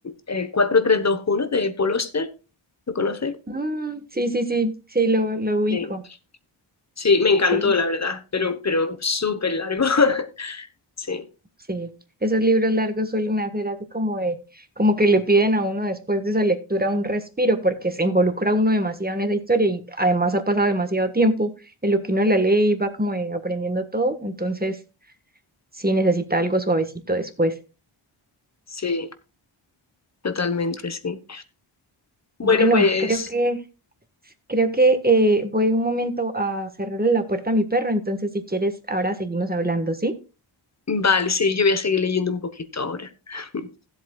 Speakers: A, on the left; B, on the right.
A: eh, cuatro tres dos uno de Paul Auster. ¿Lo conoces?
B: Mm, sí, sí, sí, sí, lo, lo ubico,
A: Sí. Sí, me encantó,
B: sí.
A: la verdad, pero, pero súper largo. <laughs> Sí,
B: Sí, esos libros largos suelen hacer así como de, como que le piden a uno después de esa lectura un respiro, porque se involucra uno demasiado en esa historia y además ha pasado demasiado tiempo en lo que uno la lee y va como de aprendiendo todo, entonces sí necesita algo suavecito después.
A: sí, totalmente, sí.
B: Bueno,
A: Bueno, pues
B: creo que, creo que eh, voy un momento a cerrarle la puerta a mi perro, entonces si quieres ahora seguimos hablando, ¿sí?
A: vale, sí, yo voy a seguir leyendo un poquito ahora. <laughs>